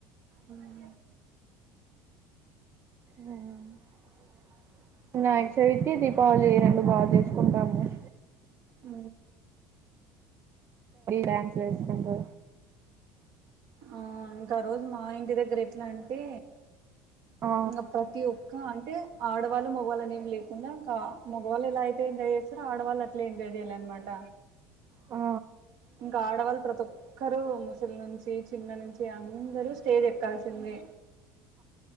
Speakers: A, on the right (about 65°); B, on the right (about 40°).
A: ఉమ్
B: వీనాయక చవితి దీపావళి్య రెండు బాగా చేసుకుంటాము లే
A: అ
B: డాన్సులు వేస్తారు
A: ఆ ఇంకా రోజు మా ఇంటి దగ్గర ఎట్లా అంటే
B: ఆ
A: ఇంకా ప్రతి ఒక్క అంటే ఆడవాళ్ళు మగ్వాళనేమి లేకుండా మగవల్ ఎలా అయితే ఎంజాయ్ చే స్తరూ ఆడవాళ్ళు అట్లా ఎంజాయ్ చేయాలన్నమాట
B: ఆ
A: ఇంకా ఆడవాళ్ళు ప్రతి ఒక్కరు ముసలి నుంచి చిన్న నుంచి అందరూ స్టేజ్ ఎక్కాల్సింది